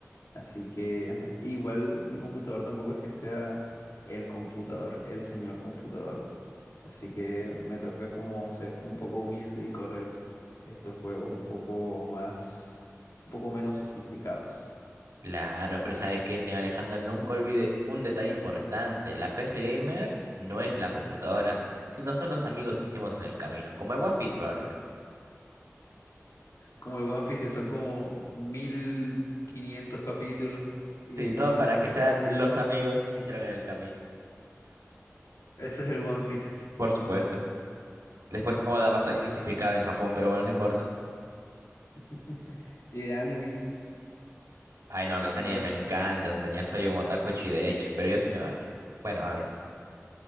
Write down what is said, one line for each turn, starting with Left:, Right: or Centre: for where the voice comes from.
Left: Así que ajá, igual mi computador tampoco es que sea el computador, el señor computador. Así que me toca como ser un poco humilde y correr estos juegos un poco más, un poco menos sofisticados.
Right: Claro, pero ¿sabe qué, señor Alejandro? Nunca olvide un detalle importante. La PC Gamer no es la computadora, sino son los amigos que hicimos en el camino, como el One Piece probablemente.
Left: Como el One Piece, que son como mil quinientos capítulos
Right: Sí,
Left: y es
Right: todo
Left: simplemente
Right: para que sean
Left: ser amigo.
Right: los amigos que hicieron en el camino.
Left: Ese es el One Piece.
Right: Por supuesto. Después Oda va a ser crucificado en Japón, pero bueno, no importa.
Left: <laughs> Y de animes,
Right: Ay, no, los
Left: ¿qué
Right: animes
Left: tal?
Right: me encantan, señor. Soy un otaku hecho y derecho, pero yo sí me baño. Bueno, a veces.